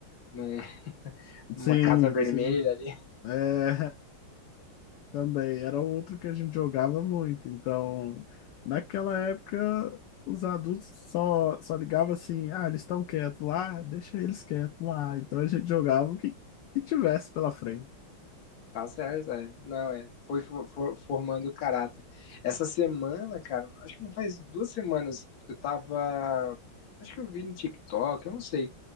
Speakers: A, on the left; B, on the left.
A: num- numa
B: Sim,
A: casa vermelha
B: sim.
A: ali.
B: É, Também era outro que a gente jogava muito. Então, naquela época, os adultos só, só ligavam assim: ah, eles estão quietos lá, deixa eles quietos lá. Então a gente jogava o que, que tivesse pela frente.
A: Tá certo, é. Não, é. Foi for- for- formando o caráter. Essa semana, cara, acho que não faz duas semanas, eu tava. Acho que eu vi no TikTok, eu não sei.